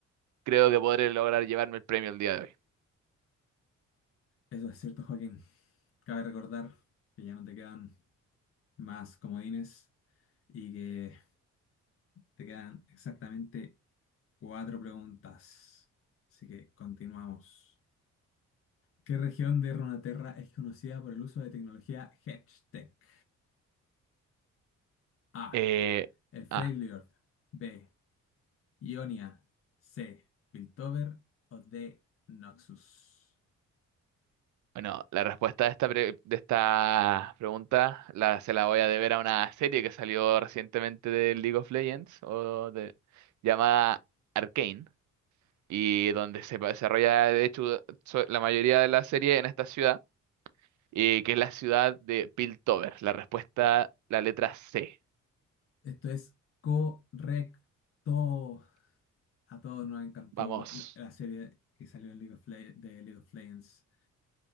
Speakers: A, on the right; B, on the left.
A: creo que podré lograr llevarme el premio el día de hoy.
B: Eso es cierto, Joaquín. Cabe recordar que ya no te quedan más comodines y que Te quedan exactamente cuatro preguntas. Así que continuamos. ¿Qué región de Ronaterra es conocida por el uso de tecnología HedgeTech? A.
A: Eh,
B: El Freljord.
A: ah,
B: B. Ionia. C. Piltover. O D. Noxus.
A: bueno, la respuesta de esta, pre- de esta pregunta la, se la voy a deber a una serie que salió recientemente de League of Legends o de, llamada Arcane y donde se desarrolla de hecho so- la mayoría de la serie en esta ciudad y que es la ciudad de Piltover. La respuesta, la letra C.
B: Esto es correcto. A todos nos encantó
A: Vamos.
B: la la serie que salió en League of Le- de League of Legends.